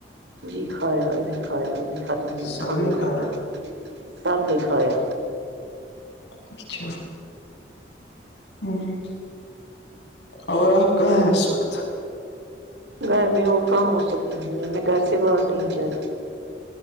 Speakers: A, on the right; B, on the left.
A: جی کھایا ابھی کھایا وہ بھی ختم ہوئی
B: سب
A: کھانا
B: نے
A: کھا
B: کھایا
A: کے سب نے کھایا
B: اچھا ہمم اور آپ کہاں ہیں اس وقت
A: گھر میں اور کہاں ہو سکتی ہے میں گھر سے باہر نہیں جاتا